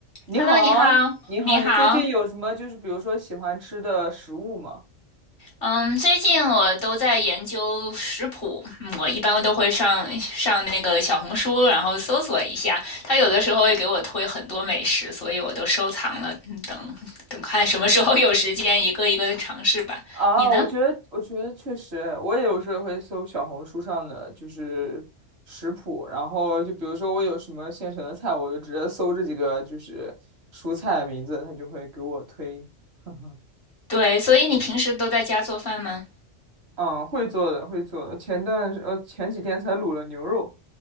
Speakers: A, on the right; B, on the left.
A: 你好，
B: Hello，你好，
A: 你好，
B: 你好。
A: 你最近有什么就是比如说喜欢吃的食物吗？
B: 嗯，最近我都在研究食谱，嗯我一般都会上上那个小红书，然后搜索一下。它有的时候会给我推很多美食，所以我都收藏了，嗯等等看什么时候有时间，一个一个的尝试吧。
A: 啊，
B: 你呢？
A: 我觉得，我觉得确实，我也有时候会搜小红书上的就是食谱，然后就比如说我有什么现成的菜，我就直接搜这几个就是蔬菜的名字，它就会给我推。<laughs>
B: 对，所以你平时都在家做饭吗？
A: 嗯，会做的，会做的。前段呃前几天才卤了牛肉，